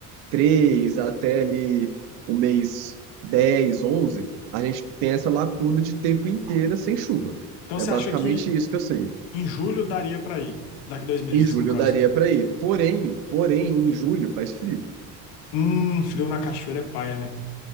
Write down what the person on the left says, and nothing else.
Então
você
acha que
em julho daria pra ir? Daqui dois meses,
no caso.
Hum, frio na cachoeira é paia, né?